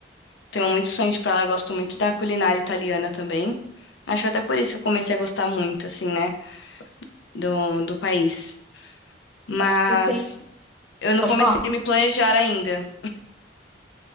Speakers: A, on the left (about 85°); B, in the centre.
A: Tenho muito sonho de ir pra lá, gosto muito da culinária italiana também. Acho até por isso que eu comecei a gostar muito, assim, né, do, do país. Mas
B: Não tem,
A: eu não
B: pode
A: comecei
B: falar.
A: a me planejar ainda.